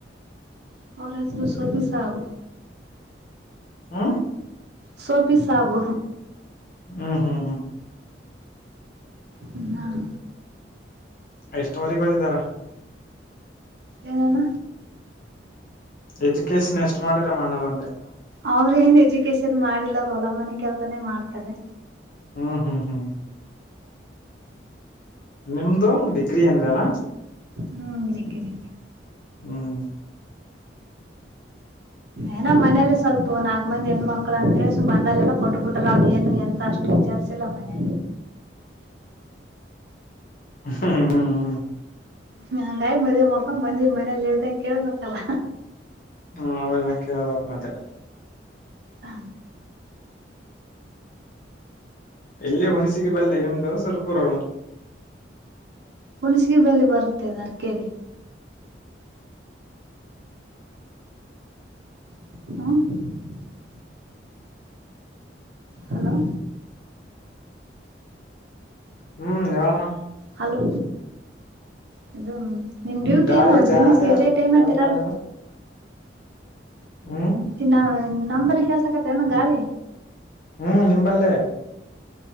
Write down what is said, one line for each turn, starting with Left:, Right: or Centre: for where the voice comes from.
Right: ಅವರ ಹೆಸರು ಸೋತಿ ಸಾಬ
Left: ಹ್ಮ್ಮ್
Right: ಸೋಪಿ ಸಾಬು
Left: ಹ್ಮ್ ಹ್ಮ್ ಹ್ಮ್
Right: ಹ್ಮ್
Left: ಎಷ್ಟ ಮರೆ ಕೊಯ್ದಿದ್ದಾರೆ
Right: ಏನಾನ
Left: ಎಜುಕೇಶನ್ ಎಷ್ಟು ಮಾಡಿರ ಅಣದಂತೆೆ
Right: ಅವ್ರ ಏನ್ ಎಜುಕೇಶನ್ ಮಾಡಿಲ್ಲ ಅವ್ರು ಹೊಲ ಮನೆ ಕೆಲ್ಸಾನೇ ಮಾಡ್ತಾರೆ
Left: ಹ್ಮ ಹ್ಮ್ ಹ್ಮ್ ನಿಮ್ದು ಡಿಗ್ರಿ ಅಂದ್ರ ಅಲ್ಲಾ
Right: ಹ್ಮ ಡಿಗ್ರಿ
Left: ಹ್ಮ್
Right: ಏನ ಮನೆಯಲ್ಲಿಲಿ ಸ್ವಲ್ಪ ನಾಲ್ಕ್ ಮಂದಿ ಹೆಣ್ಣ್ಮಕ್ಳು ಅಂತೇಳಳ್ಸು ಬಂದೆಲ್ಲ ಕೊಟ್ಬ ಬಿಟ್ರ ಅವದ ಏನು ಎಂತ ಅಷ್ಟು ಈಚ ಚಲ ಮನೆ
Left: ಹ್ಮ ಹ್ಮ
Right: ಹ ಗಾಯಿ ಮದ್ಮಾಡ್ಕೊಂಡ್ ಬಂದಿ ಮನೇಲಿ ಇ ಹೇಳ್ದಂಗ ಕೇಳ್ಬೇಕಲ್ಲ
Left: ಹ್ಮ ಅವಾಗ ಅಂಕಿ ಆಬಬೇಕಕ್ ಮತ್ತೆ
Right: ಹ
Left: ಎಲ್ಲೇ ಒಣ್ಸಿಗೆ ಬಲ್ಲೆ ನಿಮ್ದು ಸ್ವರ್ಪೂರಳು
Right: ಹುಣ್ಸಿಗೆ ಬೆಲೆ ಬರುತ್ತೆದ ಅರಕೇರಿ ಹ ಹಲೋ
Left: ಹ್ಮ್ ಹೇಳಳಮ್ಮ
Right: ಹಲೋ ಇ ನಿಮ್ ಡ್ಯೂಟಿ
Left: ಗಾಳಿ
Right: ಏನು ಒದ್
Left: ಜಾಸ್ತಿ
Right: ದಿನಕ್ಕೆ ಇದೇ ಟೈಮ್
Left: ಕೇಳಸಲಾಗದ
Right: ಅಂತೀರಲ್
Left: ಹ್ಮ್
Right: ಇನ್ನ ನಂಬಳ ಕೆಸ ಆಕತ್ತೆ ನಮ್ ಗಾಳಿ
Left: ಹ್ಮ್ ನಿಂಬಲ್ಲೆ